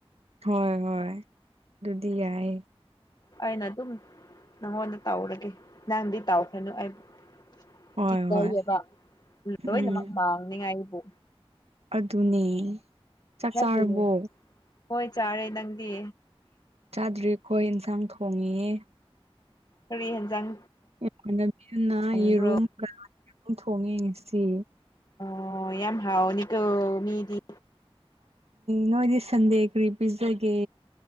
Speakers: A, on the right; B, on the left.
A: ꯍꯣꯏ ꯍꯣꯏ ꯑꯗꯨꯗꯤ ꯌꯥꯏ
B: ꯑꯩꯅ ꯑꯗꯨꯝ ꯅꯪꯉꯣꯟꯗ ꯇꯥꯎꯔꯒꯦ ꯅꯪꯗꯤ ꯇꯥꯎꯈ꯭ꯔꯅꯨ ꯑꯩꯕꯨ
A: ꯍꯣꯏ
B: ꯀꯤ ꯀꯩꯑꯕ
A: ꯍꯣꯏ ꯎꯝ
B: ꯂꯣꯏꯅꯃꯛ ꯃꯥꯡꯅꯤꯉꯥꯏꯕꯨ
A: ꯑꯗꯨꯅꯦ ꯆꯥꯛ
B: ꯅꯪꯒꯤꯅꯦ
A: ꯆꯥꯔꯕꯣ
B: ꯍꯣꯏ ꯆꯥꯔꯦ ꯅꯪꯗꯤ
A: ꯆꯥꯗ꯭ꯔꯤꯈꯣꯏ ꯏꯟꯁꯥꯡ ꯊꯣꯡꯉꯑ
B: ꯀꯔꯤ ꯌꯦꯟꯖꯥꯡ
A: ꯏꯃꯥꯟꯅꯕꯤꯅ
B: ꯊꯣꯡꯕ꯭ꯔꯣ
A: ꯌꯦꯔꯨꯝꯒ ꯑꯗꯨꯝ ꯊꯣꯡꯉꯦ ꯉꯁꯤ
B: ꯑ ꯌꯥꯝ ꯍꯥꯎꯅꯤꯀ ꯃꯤꯗꯤ
A: ꯅꯣꯏꯣꯏꯗꯤ ꯁꯟꯗꯦ ꯀ꯭ꯔꯤ ꯄꯤꯖꯒꯦ